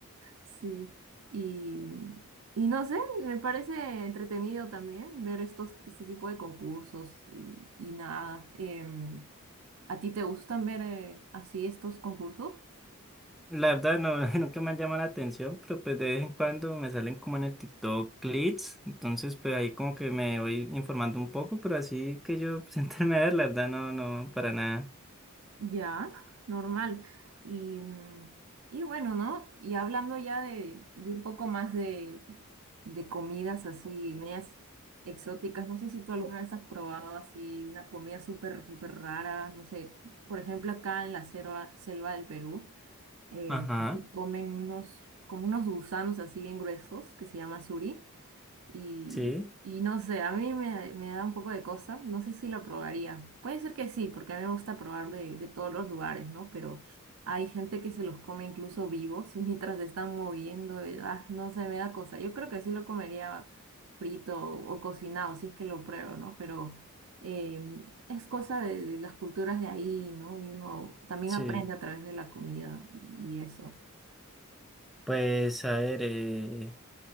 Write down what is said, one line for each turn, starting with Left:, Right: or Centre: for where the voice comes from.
Right: Sí, y, y no sé, me parece entretenido también ver estos, este tipo de concursos y, y nada. em, ¿a ti te gustan ver eh, así estos concursos?
Centre: La verdad, no, <laughs> nunca me han llamado la atención, pero pues de vez en cuando me salen como en el TikTok clips. Entonces, pues ahí como que me voy informando un poco, pero así que yo <laughs> sentarme a ver, la verdad, no, no, para nada.
Right: Ya, normal. Y, mm, y bueno, ¿no? Y hablando ya de, de un poco más de, de comidas así, medias exóticas, no sé si tú alguna vez has probado así una comida súper, súper rara, no sé, por ejemplo acá en la selva, selva del Perú. eh,
Centre: Ajá,
Right: se comen unos, como unos gusanos así bien gruesos que se llama suri. Y,
Centre: sí,
Right: y no sé, a mí me, me da un poco de cosa. No sé si lo probaría. Puede ser que sí, porque a mí me gusta probar de, de todos los lugares, ¿no? Pero hay gente que se los come incluso vivos <laughs> mientras se están moviendo. y, ah, no sé, me da cosa. Yo creo que sí lo comería frito o, o cocinado, si es que lo pruebo, ¿no? Pero em, es cosa de, de las culturas de ahí, ¿no? Y uno también
Centre: sí.
Right: aprende a través de la comida y, y eso.
Centre: Pues a ver, eh,